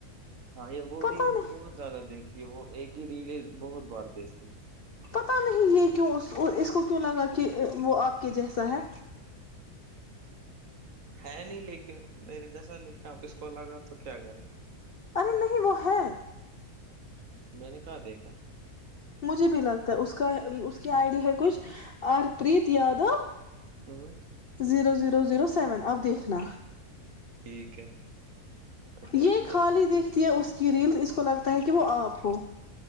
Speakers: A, on the right (about 55°); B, on the left (about 55°).
A: ہاں یہ وہ
B: پتا
A: ریلس
B: نہیں
A: بہت زیادہ دیکھتی ہے وہ ایک کہ ریلے بہت بار دیکھتی
B: پت نہیں یہ کیوں اس کو کیوں لگا کہ وہ آپ کے جیسا ہے
A: ہے نہیں لیکن میرے جیسا لیکن آپ اس کو لگا تو کیا کریں
B: ارے نہیں وہ ہے
A: میں نے کہاں دیکھا
B: مجھے بھی لگتا ہے اس کا اس کی آئی ڈی ہے کچھ ہرپریت یادو
A: ہوں
B: زیرو زیرو زیرو سیون اب دیکھنا
A: ٹھیک ہے میں دیکھوں
B: یہ
A: گا
B: خالی
A: نا
B: دیکھتی ہے اس کے کی ریلز اس کو لگتا ہے کہ وہ آپ ہو